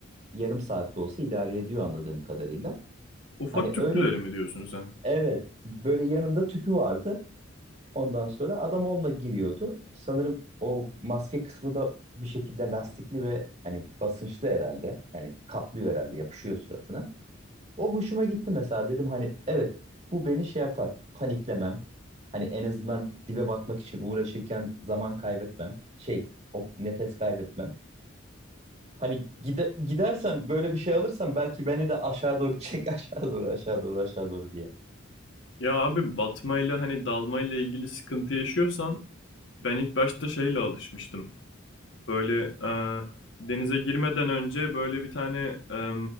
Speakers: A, on the right (about 30°); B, on the left (about 65°).
A: yarım saatte olsa idare ediyor anladığım kadarıyla.
B: Ufak
A: Hani
B: tüplüleri
A: öyle
B: mi diyorsun sen?
A: evet böyle yanında tüpü vardı. Ondan sonra adam onunla giriyordu. Sanırım o maske kısmı da bir şekilde lastikli ve hani basınçlı herhalde. Yani kaplıyor herhalde, yapışıyor suratına. O hoşuma gitti mesela. Dedim hani evet bu beni şey yapar, paniklemem. Hani en azından dibe batmak için uğraşırken zaman kaybetmem. Şey, o nefes kaybetmem. Hani gide, gidersen böyle bir şey alırsan belki beni de aşağı doğru çek <laughs> aşağı doğru aşağı doğru aşağı doğru diye.
B: Ya abi batmayla hani dalmayla ilgili sıkıntı yaşıyorsan ben ilk başta şeyle alışmıştım. Böyle e, denize girmeden önce böyle bir tane e,